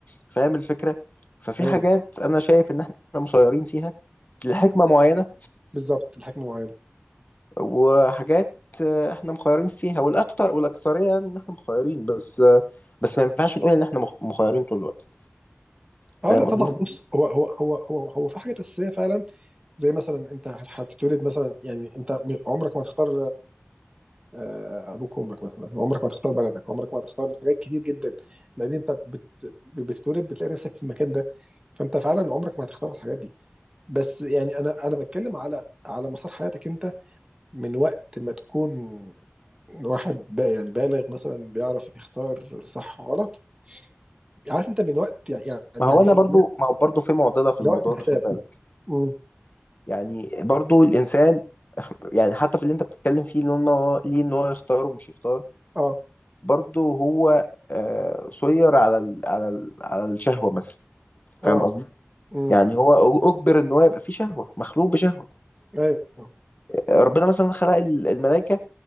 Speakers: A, on the left (about 40°); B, on the right (about 20°).
A: فاهم الفكرة ففي
B: ايوه
A: حاجات انا شايف ان احنا مسيرين فيها لحكمة معينة
B: بالظبط الحكمه معينه
A: وحاجات آه، احنا مخيرين فيها والاكتر والاكثرية يعني ان احنا مخيرين بس آه، بس ما ينفعش نقول ان احنا مخ- مخيرين طول الوقت
B: اه
A: فاهم
B: لا طبعا
A: قصدي
B: بص هو هو هو هو هو في حاجات اساسيه فعلا زي مثلا انت هتتولد مثلا يعني انت م- عمرك ما تختار آه، ابوك وامك مثلا وعمرك ما تختار بلدك وعمرك ما تختار حاجات كتير جدا لان انت بت... بتتولد بتلاقي نفسك في المكان ده فانت فعلا عمرك ما هتختار الحاجات دي بس يعني انا انا بتكلم على على مسار حياتك انت من وقت ما تكون واحد بقى يعني بالغ مثلا بيعرف يختار صح وغلط عارف انت من وقت يعني يعني يعني
A: ما هو انا
B: في الاديان
A: برضو ما هو برضو في معضله في
B: ده
A: الموضوع
B: وقت الحساب
A: ده خد بالك
B: امم
A: يعني برضو الانسان <laughs> يعني حتى في اللي انت بتتكلم فيه اللي إن هو ليه ان هو يختار ومش يختار
B: اه
A: برضو هو آه، سير على ال على ال على الشهوه مثلا
B: اه
A: فاهم قصدي؟
B: امم
A: يعني هو اجبر ان هو يبقى فيه شهوه مخلوق بشهوه
B: ايوه
A: ربنا مثلا خلق ال- الملائكه